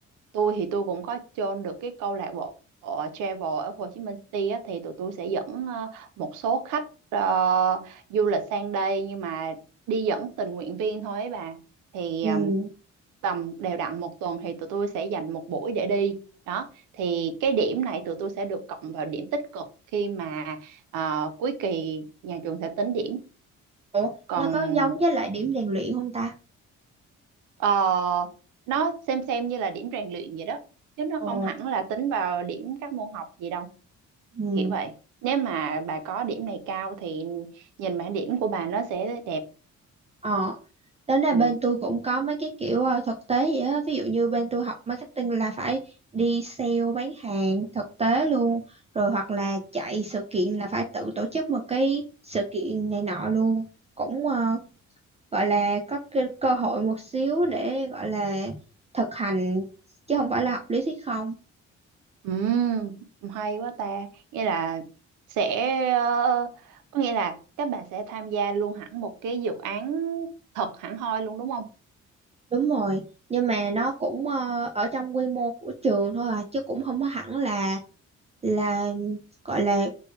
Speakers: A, on the right (about 85°); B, on the right (about 20°).
A: tôi thì tôi cũng có join được cái câu lạc bộ ở travel ở Hồ Chí Minh City á, thì tụi tôi sẽ dẫn ờ, một số khách ờ, du lịch sang đây nhưng mà đi dẫn tình nguyện viên thôi ấy bà. Thì
B: Ừ.
A: ờ, tầm đều đặn một tuần thì tụi tôi sẽ dành một buổi để đi đó thì cái điểm này tụi tôi sẽ được cộng vào điểm tích cực khi mà ờ, cuối kỳ nhà trường sẽ tính điểm
B: Ủa,
A: còn
B: nó có giống với lại điểm rèn luyện không ta?
A: ờ, nó xem xem như là điểm rèn luyện vậy đó chứ nó
B: Ồ,
A: không hẳn là tính vào điểm các môn học gì đâu
B: ừ.
A: kiểu vậy nếu mà bà có điểm này cao thì nhìn bảng điểm của bà nó sẽ đẹp
B: Ờ, Tính ra
A: ừ.
B: bên tôi cũng có mấy cái kiểu ờ, thực tế vậy á. Ví dụ như bên tôi học marketing là phải đi sale bán hàng thực tế luôn. Rồi hoặc là chạy sự kiện là phải tự tổ chức một cái sự kiện này nọ luôn. Cũng ờ, gọi là có cơ, cơ hội một xíu để gọi là thực hành chứ không phải là học lý thuyết không.
A: Ừm, hay quá ta. Nghĩa là sẽ ờ, có nghĩa là các bạn sẽ tham gia luôn hẳn một cái dự án thật hẳn hoi luôn đúng không?
B: Đúng rồi. Nhưng mà nó cũng ờ, ở trong quy mô của trường thôi à chứ cũng không có hẳn là là gọi là